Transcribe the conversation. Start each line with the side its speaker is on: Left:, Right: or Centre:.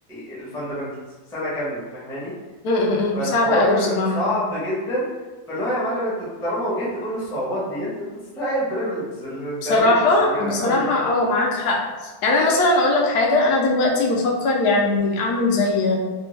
Centre: الفاندامنتالز سنه كامله فاهماني
Left: مم، مم، مم.
Centre: فالحوار
Left: صعبة قوي بصراحة
Centre: صعب جدا فاللي هو يا معلم انت طالما واجهت كل الصعوبات ديت انت تستحق البريفليجز اللي انت
Left: بصراحة
Centre: لك الشغلانه
Left: بصراحة
Centre: من اول
Left: اه معاك حق يعني انا مثلا اقول لك حاجة انا دلوقتي بفكر يعني اعمل زي